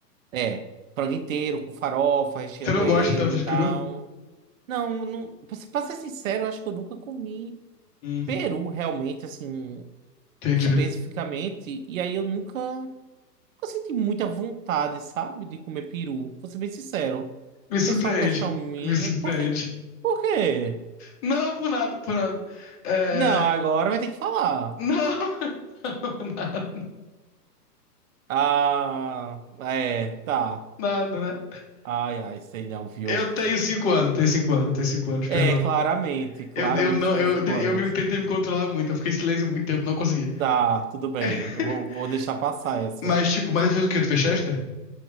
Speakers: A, on the right; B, on the left.
A: é frango inteiro com farofa, recheando
B: Você não gosta
A: ele
B: tanto
A: e
B: de
A: tal.
B: peru?
A: Não, não, para ser pra ser sincero, eu acho que eu nunca comi
B: Hum,
A: peru realmente assim
B: entendi.
A: especificamente, e aí eu nunca Eu senti muita vontade, sabe, de comer peru. Vou ser bem sincero. Não
B: Me surpreende,
A: sei se é uma questão minha.
B: me surpreende.
A: Por quê? Por quê?
B: Não, por nada, por nada. É...
A: Não, agora vai ter que falar.
B: Não, <laughs> nada,
A: Ah, é, tá.
B: nada, nada.
A: Ai, ai, sei não, viu?
B: Eu tenho cinco anos, eu tenho cinco anos, eu tenho cinco anos, perdão.
A: É, claramente, claramente
B: Eu, eu não,
A: você
B: eu,
A: tem cinco anos.
B: eu me, tentei me controlar muito, eu fiquei em silêncio muito tempo, não consegui.
A: Tá, tudo bem.
B: <laughs>
A: Eu vou, vou deixar passar essa.
B: Mas, tipo, mas tu fez o quê? Tu fez Chester?